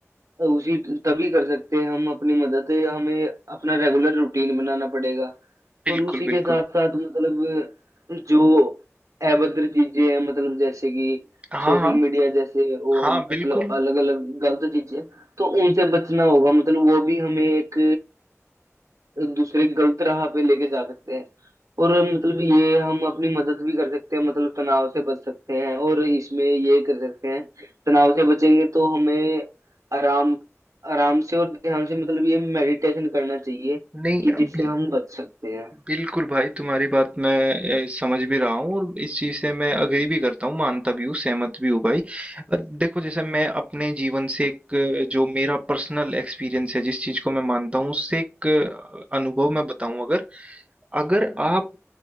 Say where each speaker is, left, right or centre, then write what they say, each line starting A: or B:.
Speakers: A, on the right; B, on the right.
A: उसी तभी कर सकते हैं हम अपनी मदद हमें अपना रेगुलर रूटीन बनाना पड़ेगा
B: बिल्कुल
A: और उसी के
B: बिल्कुल
A: साथ साथ मतलब जो अभद्र चीजें हैं मतलब जैसे कि
B: हाँ
A: सोशल
B: हाँ
A: मीडिया जैसे और
B: हाँ
A: मतलब
B: बिल्कुल
A: अलग अलग गलत चीजें तो उनसे बचना होगा मतलब वो भी हमें एक दूसरे गलत राह पे लेके जा सकते हैं और मतलब ये हम अपनी मदद भी कर सकते हैं मतलब तनाव से बच सकते हैं और इसमें ये कर सकते हैं तनाव से बचेंगे तो हमें आराम आराम से और ध्यान से मतलब ये मेडिटेशन करना चाहिए
B: नहीं
A: कि जिससे
B: बिल,
A: हम बच सकते हैं
B: बिल्कुल भाई तुम्हारी बात मैं ए, समझ भी रहा हूँ और इस चीज से मैं अग्री भी करता हूँ मानता भी हूँ सहमत भी हूँ भाई अ, देखो जैसे मैं अपने जीवन से एक अ, जो मेरा पर्सनल एक्सपीरियंस है जिस चीज को मैं मानता हूँ उससे एक अ, अनुभव मैं बताऊं अगर अगर आप